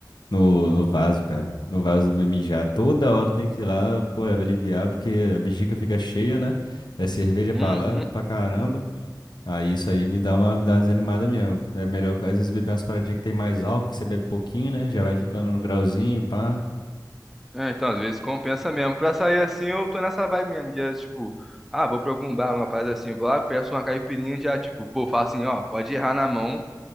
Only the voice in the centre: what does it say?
Uhum.
É, então, às vezes compensa mesmo. Pra sair assim, eu tô nessa vibe mesmo. De, tipo, ah, vou pra algum bar, uma parada assim, vou lá, peço uma caipirinha, já, tipo, pô, faço assim, ó, pode errar na mão,